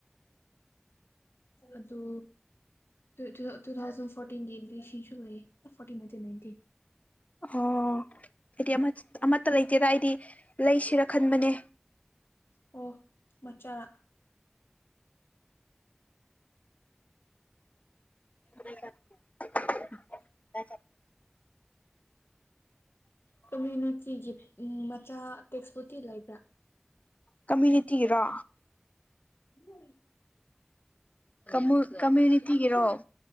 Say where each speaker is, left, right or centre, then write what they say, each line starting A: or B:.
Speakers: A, on the left; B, on the left.
A: ꯑꯗꯨ ꯇꯨ ꯊꯥꯎꯖꯟ ꯐꯣꯔꯇꯤꯟꯒꯤ ꯏꯗꯤꯁꯟꯁꯨ ꯂꯩꯌꯦ ꯐꯣꯔꯇꯤꯟ ꯅ ꯏꯟꯇꯤꯟ
B: ꯑꯣ ꯑꯩꯗꯤ ꯑꯃꯠꯇ ꯂꯩꯇꯦꯗ ꯑꯩꯗꯤ ꯂꯩꯁꯤꯔ ꯈꯟꯕꯅꯦ
A: ꯑꯣ ꯃꯆꯥꯔ
B: <inaudible>
A: ꯀꯃ꯭ꯌꯨꯅꯤꯇꯤꯒꯤ ꯎ ꯃꯆꯥ ꯇꯦꯛꯁꯕꯨꯛꯇꯤ ꯂꯩꯕ꯭ꯔꯥ
B: ꯀꯃꯤꯅꯤꯇꯤ ꯔꯥ
A: ꯍ
B: ꯃ ꯀꯃ꯭ꯌꯨꯅꯤꯇꯤꯒꯤꯔꯣ